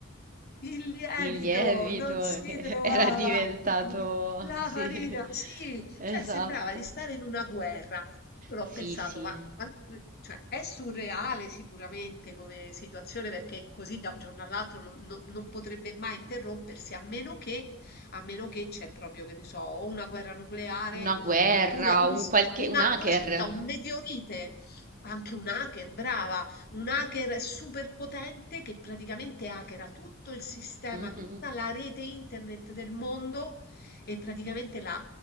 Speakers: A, on the left (about 50°); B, on the right (about 40°).
A: Il lievito
B: il lievito
A: non si
B: che
A: trovava,
B: <laughs> era diventato,
A: incredi la
B: sì,
A: farina,
B: <laughs>
A: sì,
B: esatto.
A: cioè sembrava di stare in una guerra. Io l'ho
B: Sì,
A: pensato,
B: sì,
A: ma, ma- mhmm, cioè, è surreale sicuramente come situazione perché così da un giorno all'altro non, non- non potrebbe mai interrompersi a meno che, a meno che c'è proprio, che ne so, o una guerra nucleare
B: una guerra,
A: oppure un,
B: un
A: s-
B: qualche,
A: una,
B: un hacker.
A: un- aspetta, un meteorite, anche un hacker, brava un hacker super potente che praticamente hackera tutto il sistema,
B: Mhm.
A: tutta la rete internet del mondo e praticamente la,